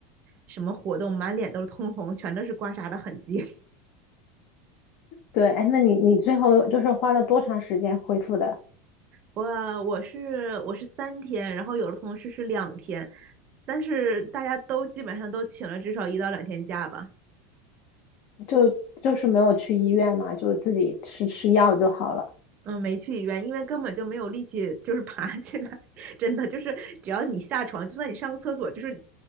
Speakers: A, on the right (about 40°); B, on the left (about 55°).
A: 什么活动，满脸都是通红，全都是刮痧的痕迹。<laughs>
B: 对，哎，那你你最后就是花了多长时间恢复的？
A: 我我是我是三天，然后有的同事是两天，但是大家都基本上都请了至少一到两天假吧。
B: 就就是没有去医院嘛，就自己吃吃药就好了。
A: 嗯，没去医院，因为根本就没有力气，就是 <laughs> 爬起来。<laughs> 真的，就是只要你下床，就算你上个厕所，就是